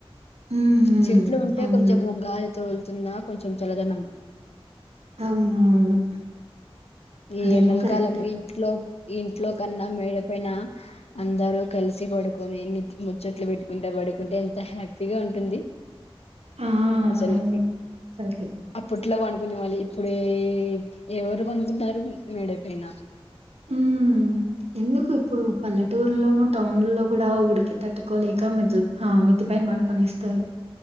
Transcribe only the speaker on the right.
ఉమ్ ఉమ్
అవును
అవును అవును
అదేమో
కరెక్ట్
ఆ
అవును అసలుకి
ఉ ఎందుకు ఇప్పుడు పల్లెటూరులోనూ టౌన్ లో కూడా ఉడికి తట్టుకోలేక మెద్ ల్ మెద్ది పైన బనుకొనేస్తారు